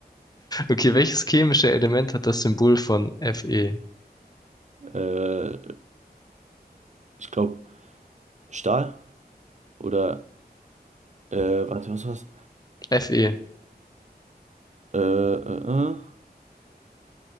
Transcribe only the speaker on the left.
Okay, welches chemische Element hat das Symbol von Fe?
Fe.